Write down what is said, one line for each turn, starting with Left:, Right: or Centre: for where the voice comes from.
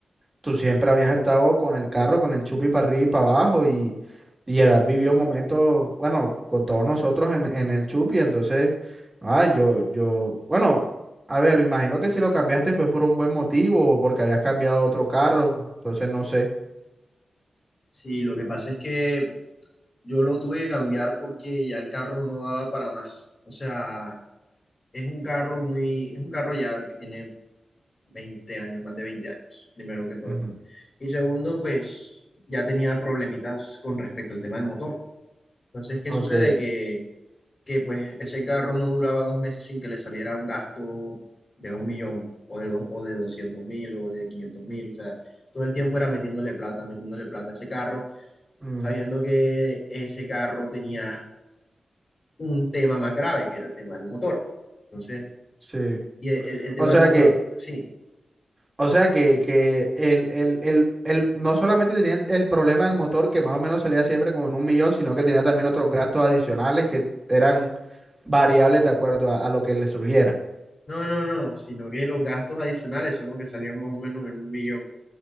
Right: tú siempre habías estado con el carro, con el chupi para arriba y para abajo y, y habías vivido momentos, bueno, con todos nosotros en, en el chupi, entonces, ah, yo, yo, bueno, a ver, imagino que si lo cambiaste fue por un buen motivo o porque habías cambiado a otro carro, entonces no sé.
Left: Sí, lo que pasa es que yo lo tuve que cambiar porque ya el carro no daba para más. O sea, es un carro muy, es un carro ya que tiene 20 años, más de 20 años, primero que todo.
Right: Ujú,
Left: Y segundo, pues ya tenía problemitas con respecto al tema del motor. Entonces, ¿qué
Right: Ok.
Left: sucede? Que, que pues ese carro no duraba dos meses sin que le saliera un gasto de un millón o de, dos, o de doscientos mil o de quinientos mil. O sea, todo el tiempo era metiéndole plata, metiéndole plata a ese carro,
Right: mm,
Left: sabiendo que ese carro tenía un tema más grave, que era el tema del motor. Entonces,
Right: sí.
Left: y el el tema
Right: O sea
Left: del motor,
Right: que,
Left: sí,
Right: O sea que, que el, el, el, el- no solamente tenía el, el problema del motor, que más o menos salía siempre como en un millón, sino que tenía también otros gastos adicionales que eran variables de acuerdo a, a lo que le surgiera.
Left: No, no, no, sino que los gastos adicionales son los que salían más o menos en un millón.